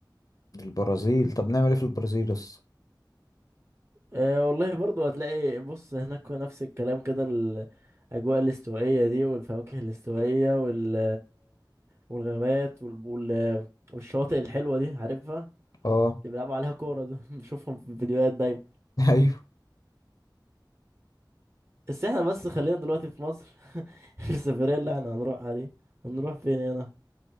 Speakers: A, on the left; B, on the right.
A: البرازيل طب نعمل ايه في البرازيل يس
B: آه والله برضه هتلاقي بص هناك نفس الكلام كده الاجواء الاستوائيه دي والفواكه الاستوائيه وال والغابات وال... وال... والشواطئ الحلوه دي عارفها
A: اه
B: اللي بيلعبوا عليها كوره ده <laughs> بشوفهم في الفيديوهات دايما
A: <laughs> ايوه
B: بس احنا بس خلينا دلوقتي في مصر <laughs> في السفريه اللي احنا هنروحها دي هنروح فين هنا